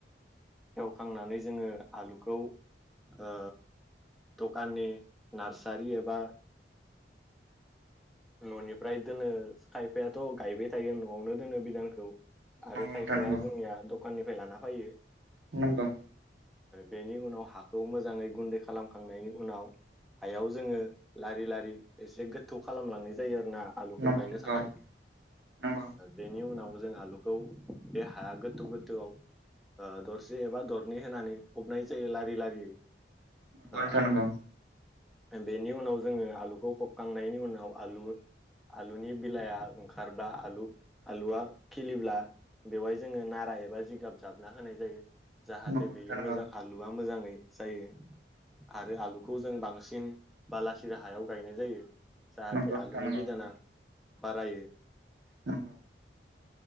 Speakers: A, in the centre; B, on the right (about 75°).
A: फांनानै जोङो आलुखौ ओ दखाननि नार्सारि एबा न'निफ्राय दोनो खायफायाथ' गायबाय थायो न'आवनो दोनो बिदानखौ खौ आरो
B: नंगौ नोंथां
A: खायफाया
B: नंगौ
A: जोंनिया दखाननिफ्राय लाना फैयो
B: नंगौ
A: बेनि उनाव हाखौ मोजाङै गुन्दै खालामखांनायनि उनाव हायाव जोङो लारि लारि एसे गोथ थौ खालामलांनाय जायो आरो ना आलुखौ
B: नंगौ
A: गायनो
B: नंगौ
A: थाखाय
B: नंगौ
A: बेनि उनाव जों आालुखौ बे हाया गोथौ गोथौआव दरसे एबा दरनै होनानै फबनाय जायो लारि लारियै
B: नंगौ
A: ओ
B: नोंथां नंगौ
A: बेनि उनाव जोङो आलुखौ फबखांनायनि उनाव आलु आलुनि बिलाआ ओंखारब्ला आलु आलुआ खिलिब्ला बेवहाय जोङो नारा एबा जिगाब जाबना होनाय जायो जाहाथे
B: नंगौ नोंथां
A: बेयो
B: नंगौ
A: मोजां आलुआ मोजाङै जायो आरो आलुखौ जों बांसिन बालासिरा हायाव गायनाय जायो जाहाथे
B: नंगौ नंगौ
A: आलुनि
B: नंगौ नोंथां
A: बिदाना बारायो
B: नंगौ